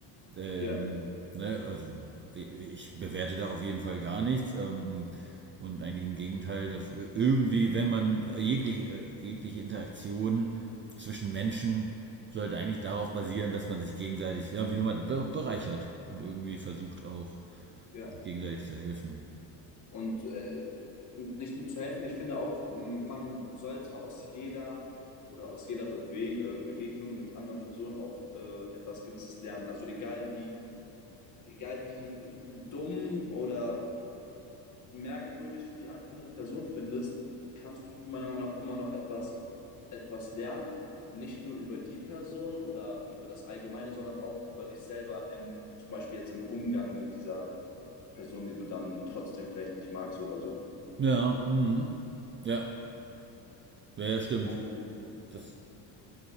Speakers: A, on the right; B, on the left.
A: ähm,
B: Ja,
A: ne, also ich ich bewerte da auf jeden Fall gar nichts. Ähm, und eigentlich im Gegenteil, dass i- irgendwie, wenn man jegliche, äh, jegliche Interaktion zwischen Menschen sollte eigentlich darauf basieren, dass man sich gegenseitig, ja, wie du mal, be- bereichert und irgendwie versucht auch
B: ja.
A: sich gegenseitig zu helfen.
B: Und äh, nicht nur zu helfen, ich finde auch, man sollte aus jeder oder aus jeder Bewe äh, Begegnung mit anderen Personen auch äh, etwas Gewisses lernen. Also egal wie, egal wie dumm oder merkwürdig du die andere Person findest, kannst du meiner Meinung nach immer noch etwas, etwas lernen. Nicht nur über die Person oder über das Allgemeine, sondern auch über dich selber, im, zum Beispiel jetzt im Umgang mit dieser Person, die du dann trotzdem vielleicht nicht magst oder so.
A: Ja, mhm. ja, ja, ja, stimmt.
B: Und
A: Das ist ein